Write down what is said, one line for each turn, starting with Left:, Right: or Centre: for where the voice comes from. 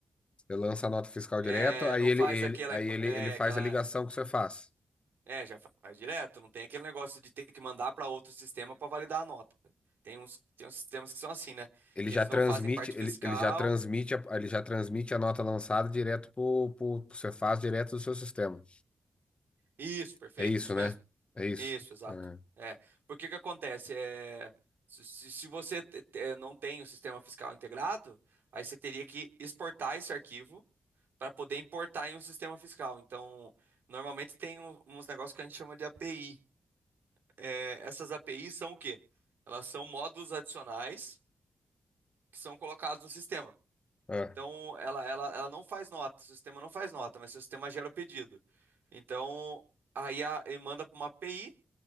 Left: Você lança a nota fiscal direto,
Right: É,
Left: aí
Right: não
Left: ele,
Right: faz
Left: ele,
Right: aquela
Left: aí
Right: imp-
Left: ele,
Right: é
Left: ele faz
Right: aquela
Left: a ligação que você faz.
Right: É, já faz direto, não tem aquele negócio de ter que mandar para outro sistema para validar a nota. Tem uns, tem uns sistemas que são assim, né?
Left: Ele
Right: Que
Left: já
Right: eles
Left: transmite,
Right: não fazem parte
Left: ele,
Right: fiscal.
Left: ele já transmite, a, ele já transmite a nota lançada direto pro, pro, pro Cefaz, direto do seu sistema.
Right: Isso, perfeito,
Left: É isso,
Right: isso
Left: né?
Right: mesmo.
Left: É isso.
Right: Isso, exato.
Left: É.
Right: É, porque o que acontece é se, se se você te- te- eh, não tem o sistema fiscal integrado, aí você teria que exportar esse arquivo para poder importar em um sistema fiscal. Então, normalmente tem um- uns negócios que a gente chama de API. É, essas APIs são o quê? Elas são módulos adicionais que são colocados no sistema.
Left: Ah,
Right: Então, ela, ela, ela não faz nota, o sistema não faz nota, mas o sistema gera o pedido. Então, aí a, ele manda para uma API